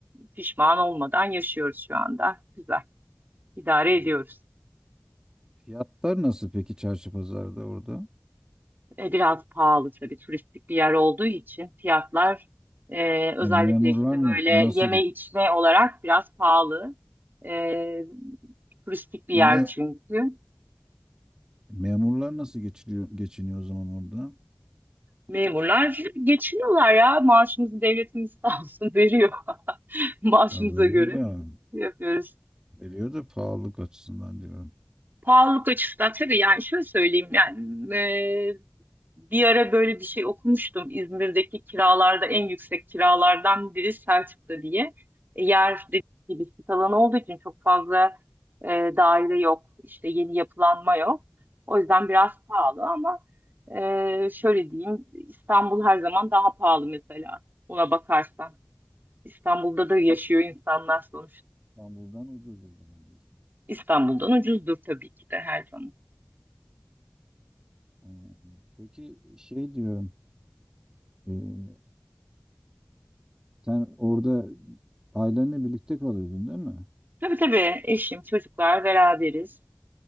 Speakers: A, on the right; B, on the right.
A: pişman olmadan yaşıyoruz şu anda. Güzel idare ediyoruz.
B: Evet. Fiyatlar nasıl peki çarşı pazarda orada?
A: E, biraz pahalı tabii turistik bir yer olduğu için fiyatlar e, özellikle
B: E, memurlar
A: işte böyle
B: na- nasıl
A: yeme içme olarak biraz pahalı. E, turistik bir
B: me-
A: yer çünkü.
B: memurlar nasıl geçiriyor, geçiniyor o zaman orada?
A: Memurlar geçiniyorlar ya. Maaşımızı devletimiz sağ olsun veriyor. <laughs> Maaşımıza
B: Ya veriyor
A: göre
B: da
A: yapıyoruz.
B: veriyor da pahalılık açısından diyorum.
A: Pahalılık açısından tabii yani şöyle söyleyeyim yani Bir ara böyle bir şey okumuştum. İzmir'deki kiralarda en yüksek kiralardan biri Selçuk'ta diye. E, Yer dediğim gibi sit alanı olduğu için çok fazla e, daire yok. işte yeni yapılanma yok. O yüzden biraz pahalı ama e, şöyle diyeyim İstanbul her zaman daha pahalı mesela. Buna bakarsan. İstanbul'da da yaşıyor insanlar sonuçta.
B: İstanbul'dan ucuz o zaman diyorsun.
A: İstanbul'dan ucuzdur tabii ki de her zaman.
B: Ee, Peki şey diyorum, ee, sen orada ailenle birlikte kalıyordun değil mi?
A: Tabii tabii eşim, çocuklar beraberiz.